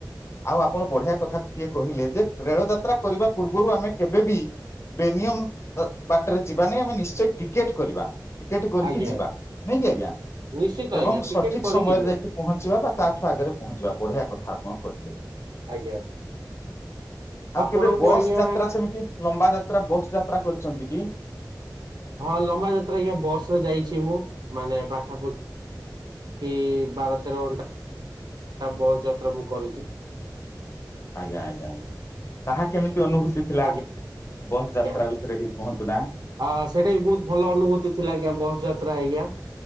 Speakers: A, on the left; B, on the right.
A: ଆଉ ଆ କଣ ବଢିଆ କଥା ଟିଏ କହିଲେ ଯେ ରେଳ ଯାତ୍ରା କରିବା ପୂର୍ବରୁ ଆମେ କେବେ ବି ବେନିୟମ ବାଟରେ ଯିବା ନାହିଁ ଆମେ ନିଶ୍ଚୟ ଟିକେଟ କରିବା। ଟିକେଟ କରିକି
B: ଆଜ୍ଞା
A: ଯିବା ନାଇଁ କି ଆଜ୍ଞା
B: ନିଶ୍ଚିତ
A: ଏବଂ
B: ଆଜ୍ଞା ଟିକେଟ
A: ସଠିକ
B: କରିକି
A: ସମୟରେ
B: ଯିବା
A: ଯାଇକି ପହଞ୍ଚିବା ବା ତାଠୁ ଆଗରେ ପହଞ୍ଚିବା ବଢିଆ କଥା ଆପଣ କହିଲେ।
B: ଆଜ୍ଞା
A: ଆଉ
B: ଆପଣଙ୍କୁ
A: କେବେ ବସ୍
B: ଆଜ୍ଞା
A: ଯାତ୍ରା ସେମିତି ଲମ୍ବା ଯାତ୍ରା ଯାତା ବସ୍ ଯାତ୍ରା କରିଛନ୍ତି କି?
B: ହଁ ଲମ୍ବା ଯାତ୍ରା ଆଜ୍ଞା ବସରେ ଯାଇଛି ମୁଁ ମାନେ ପାଖାପାଖି ବାର ତେର ଘଣ୍ଟା ବସ୍ ଯାତ୍ରା ମୁଁ କରିଛି।
A: ଆଜ୍ଞା ଆଜ୍ଞା ଆଜ୍ଞା ତାହା କେମିତି ଅନୁଭୂତି ଥିଲା
B: ଆଜ୍ଞା
A: ବସ୍ ଯାତ୍ରା
B: ଅ
A: ବିଷୟରେ ଟିକେ କୁହନ୍ତୁ ନା?
B: ସେଟା ବି ବହୁତ ଭଲ ଅନୁଭୂତି ଥିଲା ଆଜ୍ଞା ବସ ଯାତ୍ରା ଆଜ୍ଞା।